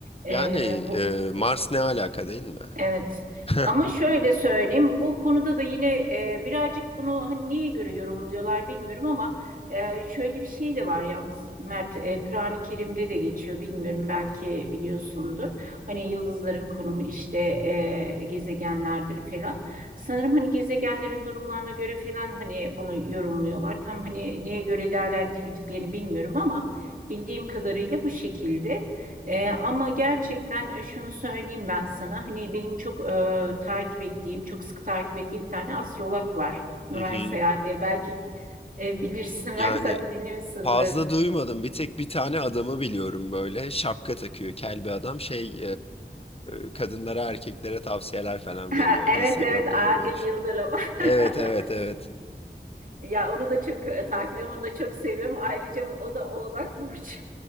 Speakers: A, on the right; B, on the left.
A: E,
B: Yani
A: bu
B: e, Mars ne alaka değil mi?
A: Evet.
B: <laughs>
A: Ama şöyle söyleyeyim, bu konuda da yine e, birazcık bunu hani neye göre yorumluyorlar bilmiyorum ama e, şöyle bir şey de var yalnız Mert, e, Kur'an-ı Kerim'de de geçiyor bilmiyorum belki biliyorsundur. Hani yıldızların konumu işte e, gezegenlerdir falan. Sanırım hani gezegenlerin durumlarına göre falan hani bunu yorumluyorlar. Tam hani neye göre değerlendirdiklerini bilmiyorum ama bildiğim kadarıyla bu şekilde. Ee, ama gerçekten e, şunu söyleyeyim ben sana. Hani benim çok e, takip ettiğim, çok sık takip ettiğim bir tane astrolog var. Nuray
B: Hı hı.
A: Seha diye. Belki e, bilirsin,
B: Yani
A: <laughs> belki sen de dinliyorsundur.
B: fazla
A: <laughs>
B: duymadım. Bir tek bir tane adamı biliyorum böyle şapka takıyor. Kel bir adam şey e, kadınlara erkeklere tavsiyeler falan
A: Ha,
B: veriyor. Instagram'da
A: Evet evet Adil
B: önüme düş.
A: Yıldırım.
B: Evet
A: <laughs>
B: evet evet.
A: Ya onu da çok e, takip ediyorum, onu da çok seviyorum. Ayrıca bu- o da Oğlak Burcu.